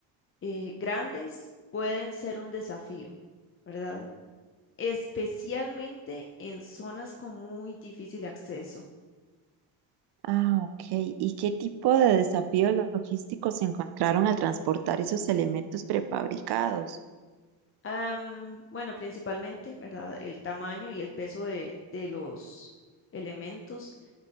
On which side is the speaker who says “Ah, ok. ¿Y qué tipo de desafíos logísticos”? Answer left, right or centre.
Right